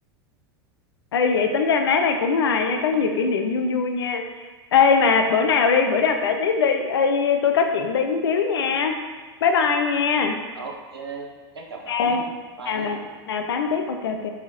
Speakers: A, on the left; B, on the right.
A: ê vậy tính ra má này cũng hài nha có nhiều kỷ niệm vui vui nha ê mà bữa nào đi bữa nào kể tiếp đi ê tôi có chuyện đi một xíu nha bye bye nha
B: ok chắc gặp lại
A: ê
B: nhá bye
A: nào
B: nhá
A: nào nào tám tiếp ok ok